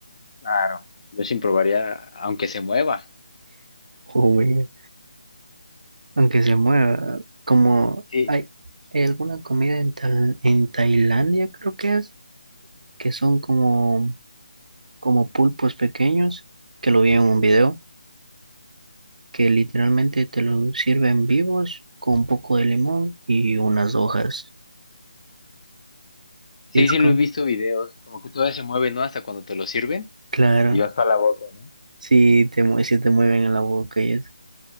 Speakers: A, on the left (about 50°); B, on the right (about 75°).
A: claro. Yo sin probaría, aunque se mueva.
B: Uy, Aunque se mueva, como
A: Sí,
B: hay, hay alguna comida en, Tal- en Tailandia, creo que es, que son como, como pulpos pequeños, que lo vi en un video, que literalmente te lo sirven vivos con un poco de limón y unas hojas.
A: sí,
B: Y es
A: sí
B: como,
A: lo he visto videos, como que todavía se mueve, ¿no? Hasta cuando te lo sirven
B: claro,
A: y vas para la boca, ¿no?
B: si te, mue- sí te mueven en la boca y eso.